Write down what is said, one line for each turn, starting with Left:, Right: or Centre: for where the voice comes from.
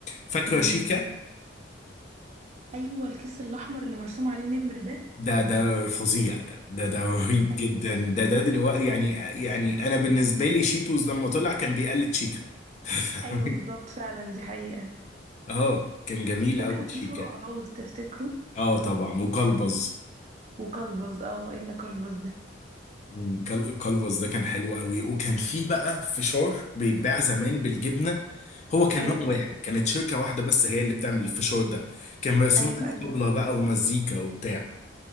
Left: فاكره
Right: امم
Left: شيكا
Right: ايوه الكيس الاحمر اللي مرسوم عليه نمر ده
Left: ده ده فظيع ده ده ده رهيب
Right: ايوه
Left: جدا ده ده دلوقتي يعني يعني انا بالنسبه لي شيتوز لما طلع كان بيقلد شيكا <laughs> فاهمة؟
Right: ايوه بالظبط فعلا دي حقيقه
Left: اه كان جميل
Right: وكان
Left: قوي
Right: فيه
Left: شيكا
Right: فرقع
Left: ده
Right: لوز تفتكره
Left: اه طبعا وكلبز
Right: وكلبز اه الا كلبز ده
Left: مم، كال- كالفاس ده كان حلو قوي وكان في بقى فشار بيتباع زمان بالجبنه هو كان
Right: ايوه
Left: نوع واحد كانت شركه واحده بس هي اللي بتعمل الفشار ده كان مرسوم
Right: ايوه
Left: عليه
Right: ايوه
Left: طبله
Right: فعلا
Left: بقى ومزيكا وبتاع